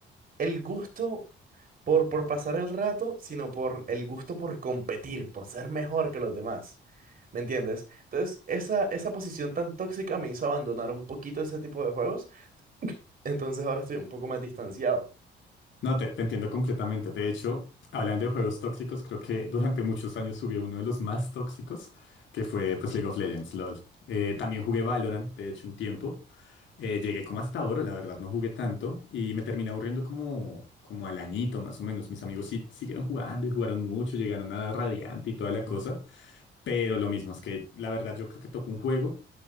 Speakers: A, on the right; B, on the left.
A: el gusto por, por pasar el rato, sino por el gusto por competir, por ser mejor que los demás. ¿Me entiendes? Entonces, esa, esa posición tan tóxica me hizo abandonar un poquito ese tipo de juegos, entonces ahora estoy un poco más distanciado.
B: No, te, te entiendo completamente. De hecho, hablando de juegos tóxicos, creo que durante muchos años jugué uno de los más tóxicos, que fue pues League of Legends, LOL. Eh, también jugué Valorant, de hecho, un tiempo. Eh, llegué como hasta oro, la verdad, no jugué tanto y me terminé aburriendo como, como al añito más o menos. Mis amigos sí siguieron jugando y jugaron mucho, llegaron a Radiante y toda la cosa, pero lo mismo es que la verdad yo creo que toco un juego,